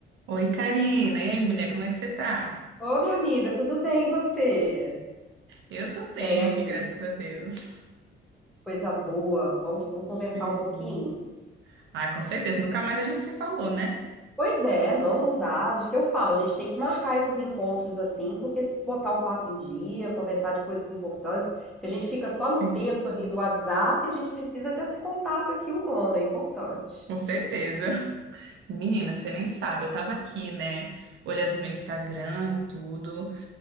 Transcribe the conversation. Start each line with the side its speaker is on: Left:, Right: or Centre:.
Right: Oi, Karina. E aí, mulher, como é que você tá?
Centre: Ô, minha amiga, tudo bem, e você?
Right: Eu
Centre: Tudo
Right: tô
Centre: certo,
Right: bem aqui, graças a Deus.
Centre: coisa boa, vamos, vamos conversar
Right: Sim.
Centre: um pouquinho?
Right: Ah, com certeza. Nunca mais a gente se falou, né?
Centre: Pois é, não, não dá, de que eu falo, a gente tem que marcar esses encontros assim, porque se botar o papo em dia, conversar de coisas importantes, porque a gente fica só no
Right: Sim.
Centre: texto ali do WhatsApp, a gente precisa desse contato aqui humano, é importante.
Right: Com certeza. Menina, você nem sabe. Eu tava aqui, né? Olhando meu Instagram e tudo.